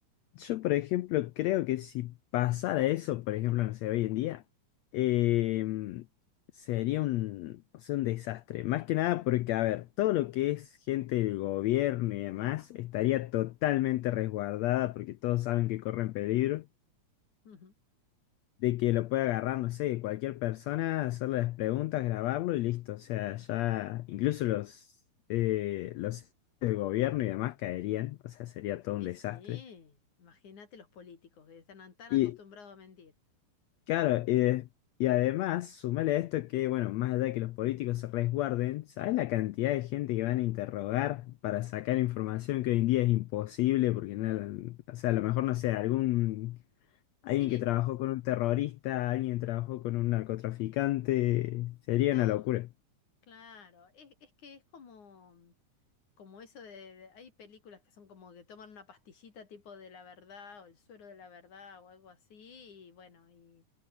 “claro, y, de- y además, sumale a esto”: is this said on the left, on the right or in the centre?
Left